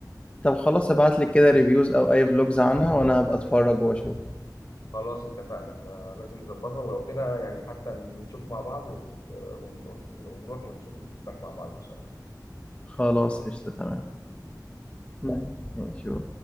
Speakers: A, on the left; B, on the left.
A: طب خلاص ابعت لي كده ريفيوز او اي فلوجز عنها وانا هبقى اتفرج واشوف
B: خلاص اتفقنا احنا لازم نظبطها ولو كده يعني حتى نشوف مع بعض و- ونقول- ونروح ونشوف الفيدباك مع بعض ان شاء الله
A: خلاص قشطة تمام مم. يعني شو